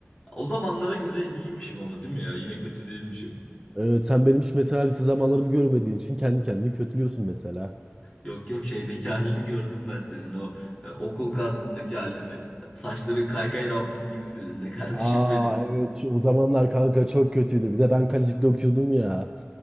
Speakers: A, on the left (about 25°); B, on the right (about 20°).
A: O zamanlara göre iyiymişim ama değil mi ya? Yine kötü değilmişim.
B: E, sen benim hiç mesela lise zamanlarımı görmediğin için kendi kendini kötülüyorsun mesela.
A: Yok yok şeydeki halini gördüm ben senin o e, okul kartındaki halini. Saçların kaykay rampası gibi senin de kardeşim
B: Aa
A: benim.
B: evet şu- o zamanlar kanka çok kötüydü. Bir de ben Kalecik'te okuyordum ya.